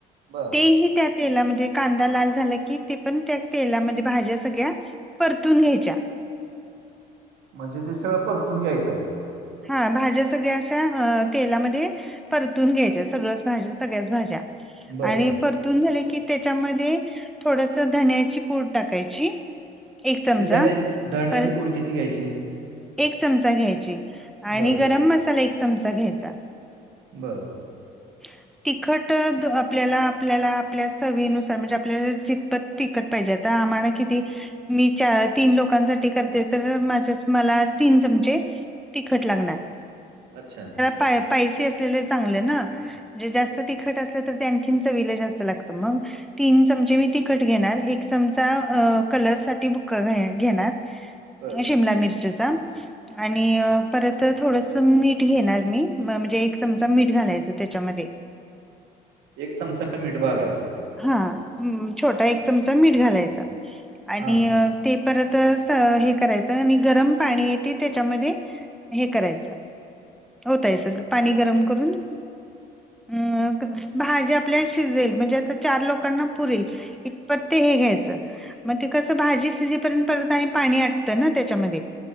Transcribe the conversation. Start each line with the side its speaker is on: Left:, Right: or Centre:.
Right: बर
Centre: तेही त्या तेलामध्ये कांदा लाल झाला की ते पण त्या- तेलामध्ये भाज्या सगळ्या परतून घ्यायच्या.
Right: म्हणजे ते सगळं परतून घ्यायचंय.
Centre: हा भाज्या सगळ्या अशा तेलामध्ये, परतून घ्यायच्या सगळंच भाज सगळ्याच भाज्या
Right: बरं.
Centre: आणि- परतून झाले की त्याच्यामध्ये थोडस धन्याची पूड टाकायची. एक चमचा
Right: ते धने धण्याची
Centre: परत
Right: पूड किती घ्यायची?
Centre: एक चमचा घ्यायची, आणि
Right: बरं,
Centre: गरम मसाला एक चमचा घ्यायचा.
Right: बरं.
Centre: ह तिखट आपल्याला आपल्याला आपल्या चवीनुसार म्हणजे आपल्याला जितपत- तिकट पाहिजेता आम्हाला किती मी चार तीन लोकांसाठी करते तर माझ्या- मला तीन चमचे तिखट लागणार.
Right: अच्छा,
Centre: पाय पायसी असलेले चांगले ना. म्हणजे जास्त तिखट असलं तर ते आणखीन चवीला जास्त लागतं मग, तीन चमचे मी तिखट घेणार एक चमचा कलर साठी बुका घेणार,
Right: बरं.
Centre: शिमला मिर्चचा आणि परत थोडस मीठ घेणार मी, म्हणजे एक चमचा मीठ घालायचं त्यांच्यामध्ये -
Right: एक चमचा मीठ बघायचं.
Centre: हा अ छोटा एक चमचा मीठ घालायचा आणि-
Right: हा
Centre: ते परत हे करायचं आणि गरम पाणीये ते त्याच्यामध्ये- हे करायचं ओतरायचं पाणी गरम करून- अ भाजी आपल्या शिजेल. म्हणजे आता चार लोकांना पुरेल इतपत ते हे घ्यायचं. म ते कस भाजी शिजेपर्यंत परत आणि पाणी आटतं ना त्याच्यामध्ये.